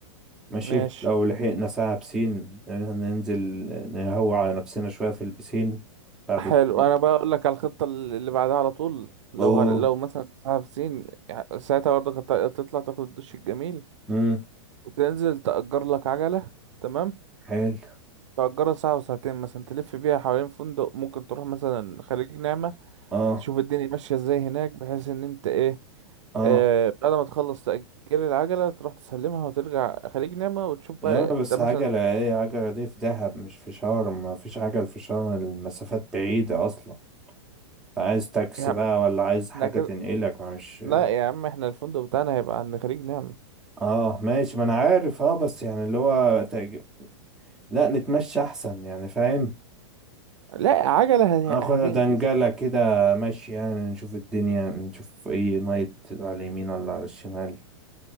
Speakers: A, in the centre; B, on the right.
A: ماشي
B: ماشي
A: لو لحقنا ساعة بسين ننزل نهوى على نفسنا شوية في البسين بعد
B: حلو
A: التراب
B: انا بقى اقول لك على الخطة اللي بعدها على طول لو
A: أوه
B: هن... لو مثلا ساعة سين يعني ساعتها برضه هتطلع تاخد الدش الجميل
A: مم.
B: وتنزل تأجر لك عجلة تمام
A: حلو
B: تأجرها ساعة وساعتين مثلا تلف بيها حوالين فندق ممكن تروح مثلا خليج نعمة
A: اه
B: تشوف الدنيا ماشية ازاي هناك بحيث ان انت ايه
A: اه
B: آه بعد ما تخلص تأجير العجلة تروح تسلمها وترجع خليج نعمة وتشوف
A: ياما
B: بقى انت
A: بس
B: مثلا
A: عجلة ايه عجلة دي في دهب مش في شرم مفيش عجل في شرم المسافات بعيدة أصلا عايز تاكسي
B: يا عم
A: بقى ولا عايز حاجة
B: احنا كده
A: تنقلك ما مش
B: لا يا عم احنا الفندق بتاعنا هيبقى عند خليج نعمة
A: اه ماشي ما انا عارف اه بس يعني اللي هو تأج... لا نتمشى احسن يعني فاهم
B: لا عجلة
A: ناخد
B: ه- هتنجز
A: دنجلة كده ماشي يعني نشوف الدنيا نشوف ايه نايت على اليمين ولا على الشمال